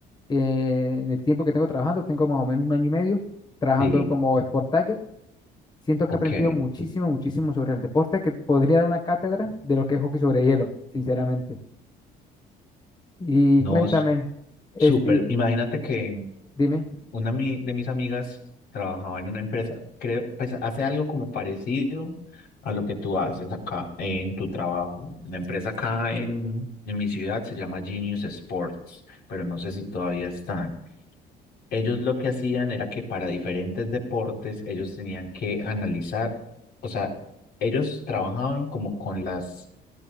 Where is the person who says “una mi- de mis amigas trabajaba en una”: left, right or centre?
Left